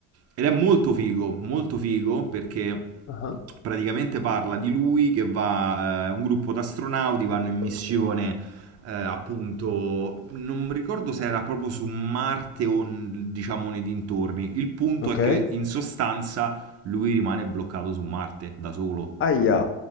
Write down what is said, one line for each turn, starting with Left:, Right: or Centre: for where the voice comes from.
Right: Ed è molto figo, molto figo perché
Left: Ah,
Right: praticamente parla di lui che va, eh, un gruppo di astronauti vanno in missione eh, appunto, non ricordo se era proprio su Marte o n- diciamo nei dintorni. Il punto
Left: Ok.
Right: è che in sostanza lui rimane bloccato su Marte da solo
Left: Aia.